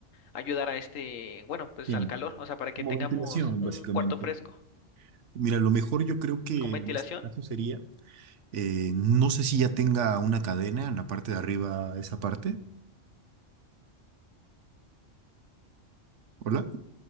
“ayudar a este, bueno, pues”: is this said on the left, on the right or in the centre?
Left